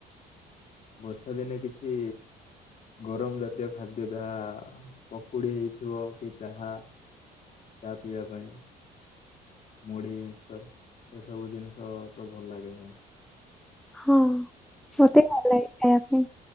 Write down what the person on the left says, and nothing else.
ବର୍ଷା ଦିନେ କିଛି ଗରମ ଜାତୀୟ ଖାଦ୍ୟ ଯାହା, ପକୁଡି ହେଇଥିବ କି ଚାହା। ଚା ପିଇବା ପାଇଁ। ମୁଢି ମିକ୍ସଚର ଏସବୁ ଜିନିଷ ତ ଭଲ ଲାଗେ ହିଁ।